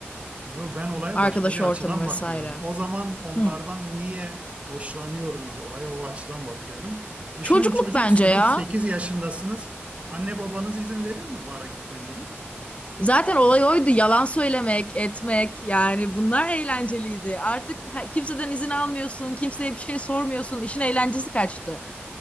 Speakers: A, on the right; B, on the left.
A: Yo, ben olaya
B: Arkadaş
A: başka bir
B: ortamı
A: açıdan
B: vesaire.
A: bakıyorum. O zaman onlardan
B: Hı.
A: niye hoşlanıyordunuz? Olaya o açıdan bakıyorum. Düşünün
B: Çocukluk
A: çocuksunuz,
B: bence ya.
A: 8 yaşındasınız. Anne babanız izin verir mi bara gitmenize?
B: Zaten olay oydu. Yalan söylemek, etmek yani bunlar eğlenceliydi. Artık ha- kimseden izin almıyorsun, kimseye bir şey sormuyorsun. İşin eğlencesi kaçtı.